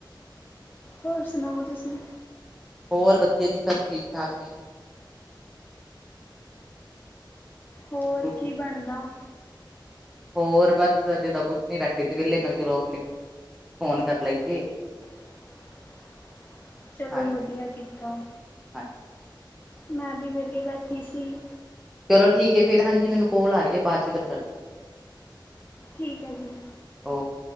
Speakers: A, on the left; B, in the centre.
A: ਹੋਰ ਸੁਣਾਓ, ਤੁਸੀ?
B: ਹੋਰ ਵਧੀਆ ਜੀ ਸਭ ਠੀਕ ਠਾਕ ਨੇ।
A: ਹੋਰ
B: ਤੁਸੀਂ
A: ਕੀ ਬਣਦਾ।
B: ਹੋਰ ਬਸ ਅਜੇ ਤਾਂ ਕੁਛ ਨੀ ਬੈਠੇ ਸੀ ਵਹਲੇ ਮੈ ਕਿਹਾ ਚਲੋ ਆਪਨੇ ਫੋਨ ਕਰ ਲਈਏ।
A: <inaudible> ਚਲੋ
B: ਹਾਂਜੀ
A: ਵਧੀਆ ਕਿੱਥੇ,
B: ਹਾਂਜੀ
A: ਮੈਂ ਵੀ ਵਿਹਲੀ ਬੈਠੀ ਸੀ।
B: ਚਲੋ ਠੀਕ ਏ ਫੇਰ ਹਾਂਜੀ ਮੈਨੂੰ ਕੋਲ ਆ ਰਹੀ ਏ ਬਾਅਦ ਚ ਗੱਲ ਕਰਦੀ।
A: ਠੀਕ ਹੈ ਜੀ।
B: ਓਕੇ